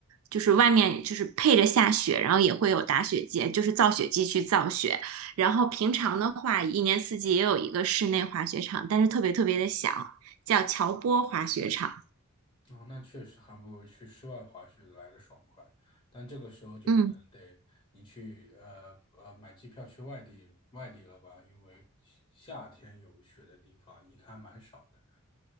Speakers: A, on the right (about 70°); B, on the left (about 20°).
A: 就是外面就是配着下雪，然后也会有打雪节，就是造雪机去造雪。然后平常的话，一年四季也有一个室内滑雪场，但是特别特别的小，叫乔波滑雪场。
B: 哦，那确实还不如去室外滑雪来的爽快，但这个时候就可能得你去呃呃买机票去外地外地了吧，
A: 嗯。
B: 因为夏天有雪的地方应看蛮少的。